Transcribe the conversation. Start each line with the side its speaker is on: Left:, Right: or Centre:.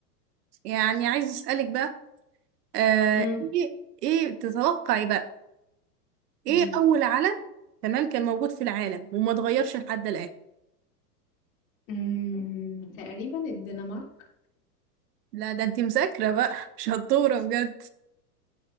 Right: يعني عايز أسألك بقى آه
Left: امم
Right: ايه ايه تتوقعي بقى ايه
Left: امم
Right: أول علم تمام كان موجود في العالم وما اتغيرش لحد الآن؟
Left: أمم، تقريبا الدنمارك
Right: لا ده انتي مذاكرة بقى <laughs> شطورة بجد